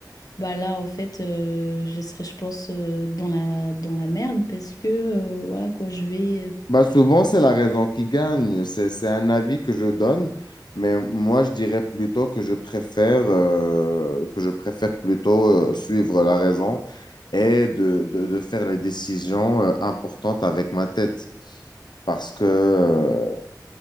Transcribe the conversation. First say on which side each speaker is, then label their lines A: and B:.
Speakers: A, on the left; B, on the left.
A: bah là en fait euh, je serais je pense euh, dans la, dans la merde parce que euh, voilà quoi, je vais euh,
B: Bah souvent, c'est la raison qui gagne. C'est, c'est un avis que je donne, mais moi, je dirais plutôt que je préfère, euh, que je préfère plutôt euh, suivre la raison et de, de, de faire les décisions euh, importantes avec ma tête. Parce que euh,